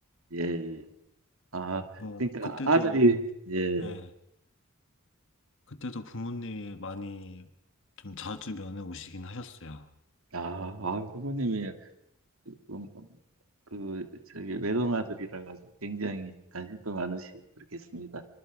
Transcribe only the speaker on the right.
예, 예. 아,
그러니까
아들이, 예,
아, 아, 부모님이, 음, 그, 저기, 외동아들이라 가지고 굉장히 관심도 많으시고, 그렇겠습니다.